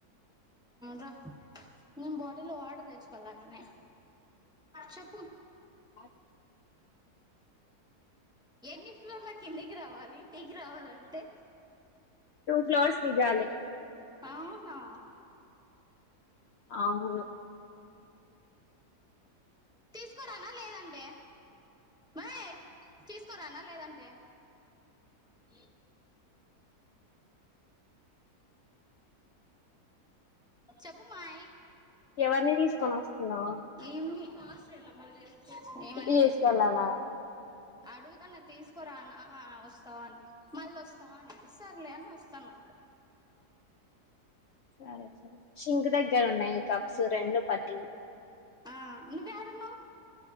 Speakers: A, in the centre; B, on the left (about 85°).
A: రా నేన్ బాటిల్ లో వాటర్ తెచ్చుకోవాలా అట్లానే చెప్పు
B: ఆ
A: ఎన్ని ఫ్లోర్ల కిందికి రావాలి టీకి రావాలంటే
B: టూ ఫ్లోర్స్ దిగాలి
A: అ అవునా
B: అవును
A: తీసుకోరానా లేదంటే మరి తీసుకోరానా లేదంటే ఇ చెప్పు మాయ
B: ఎవరిని తీసుకొని వస్తున్నా
A: ఏమి ఆసయ అలా మల చేస్తా ఏమనే
B: తీసుకెళ్ళాలా
A: చేసుకో అడుగుతన్న తీసుకురానా వస్తావా అని మళ్ళీ వస్తావా అండి సర్లే అని వస్తాను
B: సరే సరే సింక్ దగ్గర ఉన్నాయి కప్స్ రెండు పట్లు
A: ఆ నువాడున్నావ్